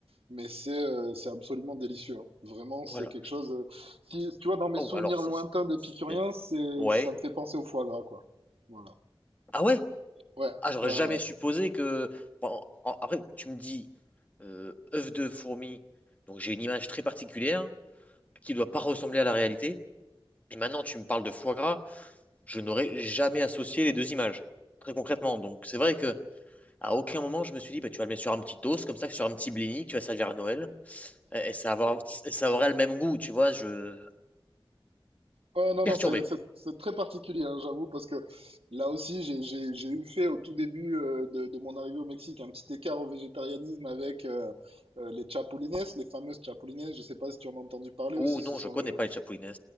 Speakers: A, on the right; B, on the left.
A: Mais c'est euh, c'est absolument délicieux. hein. Vraiment,
B: Voilà.
A: c'est quelque chose. euh, Si tu vois, dans mes
B: Oh,
A: souvenirs
B: alors ça,
A: lointains d'épicurien,
B: c'est...
A: c'est
B: Ouais.
A: ça me fait penser au foie gras, quoi. Voilà.
B: Ah ouais?
A: Ouais,
B: Ah, j'aurais
A: ouais,
B: jamais
A: ouais.
B: supposé que... Bon, en- en- après, tu me dis euh, œuf de fourmi, donc j'ai une image très particulière qui doit pas ressembler à la réalité. Et maintenant, tu me parles de foie gras, je n'aurais jamais associé les deux images, très concrètement. Donc c'est vrai que à aucun moment, je me suis dit, bah, tu vas le mettre sur un petit toast, comme ça, sur un petit blini, que tu vas servir à Noël, et et ça, va avoir- et ça aurait le même goût, tu vois, je...
A: Ouais, non,
B: Perturbé.
A: non, c'est c'est c'est très particulier, hein, j'avoue, parce que là aussi, j'ai j'ai j'ai eu fait au tout début euh, de, de mon arrivée au Mexique un petit écart au végétarianisme avec euh, euh, les chapulines, les fameuses chapulines. Je sais pas si tu en as entendu parler
B: Oh
A: aussi.
B: non,
A: Ce sont
B: je connais
A: euh,
B: pas les Chapouines.